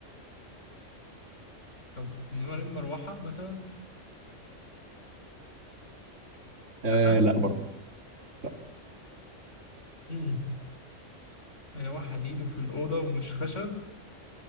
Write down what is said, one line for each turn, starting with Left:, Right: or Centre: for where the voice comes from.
Left: طب نقول عليه مروحة مثلا
Right: آه
Left: لأ
Right: لا برضه لا
Left: امم مروحة حديد وفي الأوضة ومش خشب